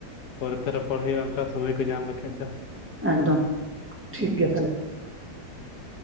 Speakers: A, on the left (about 90°); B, on the right (about 15°).
A: ᱯᱚᱨᱮ ᱛᱮ ᱨᱚᱯᱚᱲ ᱦᱩᱭᱩᱜᱼᱟ ᱚᱱᱠᱟ ᱥᱚᱢᱚᱭ ᱠᱚ ᱧᱟᱢ ᱞᱮᱠᱷᱟᱡ ᱫᱚ
B: ᱮᱠᱫᱚᱢ ᱴᱷᱤᱠ
A: ᱦᱩᱸ
B: ᱜᱮᱭᱟ ᱛᱟᱦᱞᱮ
A: <unintelligible>